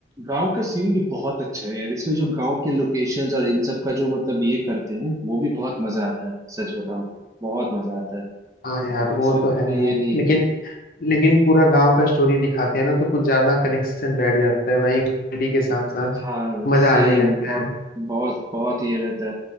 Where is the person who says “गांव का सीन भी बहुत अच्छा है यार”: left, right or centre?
Right